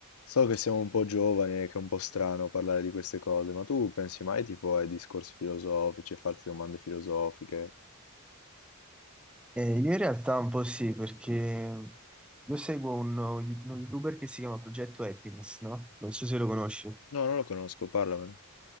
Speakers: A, on the left (about 90°); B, in the centre.
A: So che siamo un po' giovani e che è un po' strano parlare di queste cose, ma tu pensi mai tipo ai discorsi filosofici, a farti domande filosofiche?
B: Eh, io in realtà un po' sì, perché io seguo un- uno youtuber che si chiama Progetto Happiness, no? Non so se lo conosci.
A: No, non lo conosco, parlamene.